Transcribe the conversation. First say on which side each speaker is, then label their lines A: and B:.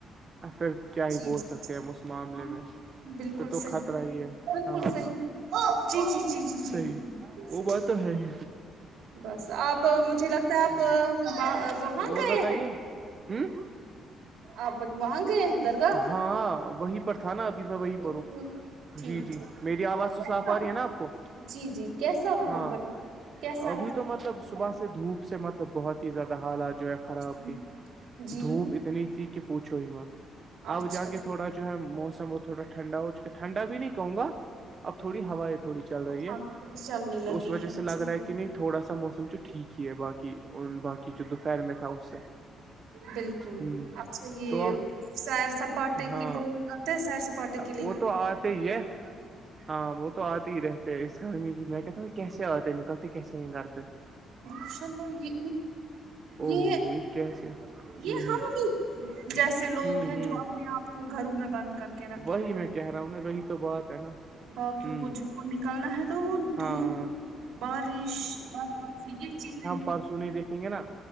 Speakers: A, on the right; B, on the right.
A: پھر کیا ہی
B: جی
A: بول
B: جی
A: سکتے ہیں ہم اس معاملے
B: ہاں
A: میں
B: بالکل
A: پھر تو
B: صحیح
A: خطرہ ہی ہے
B: بالکل
A: ہاں
B: صحیح
A: ہاں
B: جی جی جی جی جی
A: صی
B: بالکل
A: وہ
B: صحیح
A: بات تو ہے ہی
B: بس آپ مجھے لگتا
A: ہ
B: ہے آپ وہاں
A: اور
B: گئے
A: بتائیے
B: ہیں
A: ہوں
B: آپ واں گئے ہیں درگاہ
A: ہاں وہیں پر تھا نا ابھی میں وہی
B: ہوں،
A: پروں
B: ٹھیک
A: جی جی
B: ٹھیک
A: میری آواز تو
B: کیسا
A: صاف آ رہی ہے نا آپ کو
B: جی جی کیسا وہاں
A: ہاں
B: پر کیسا
A: ابھی
B: رہتا
A: تو مطلب صبح سے دھوپ سے مطلب بہت ہی زیادہ حالات جو ہے خراب
B: جی
A: تھی
B: جی
A: دھوپ اتنی ٹھیک ہے پوچھو ہی م
B: اچھا
A: اب جا کے تھوڑا جو ہے موسم ہو تھوڑا ٹھنڈا ہو ٹھنڈا بھی نہیں کہوں گا اب تھوڑی ہوائیں تھوڑی چل رہی ہے
B: ہاں چلنے
A: تو
B: لگی
A: اس وجہ سے لگ
B: جی
A: رہا ہے کہ نہیں تھوڑا سا موسم چ ٹھیک ہی ہے باقی باقی جو دوپہر میں تھا اس سے
B: بالکل
A: ہ
B: اچھا یہ
A: تو اب
B: سیر سپاٹے
A: ہاں
B: کے لوگ آتے ہیں سیر سپاٹے کے لیے
A: وہ
B: کے
A: تو آتے ہی ہے ہاں وہ تو آتے ہی رہتے اس گھر میں بھی میں کہتا ہوں کیسے آتے نکلتے کیسے ہیں گھر پہ ج
B: یہ یہ
A: ہو ہو کیسے
B: یہ
A: ہ
B: ہم
A: ہ
B: ہی جیسے لوگ
A: ہوں
B: ہیں
A: ہوں
B: جو اپنے آپ کو گھروں میں بند کر کے رکھے
A: وہی
B: ہوئے
A: میں کہہ رہا ہوں نا وہی تو بات ہے نا
B: باقیوں
A: ہوں
B: کو جن کو نکلنا ہے تو وہ
A: ہاں
B: دوپ
A: ہاں
B: بارش مارش یہ چیز
A: پرسویں دیکھیں گے نا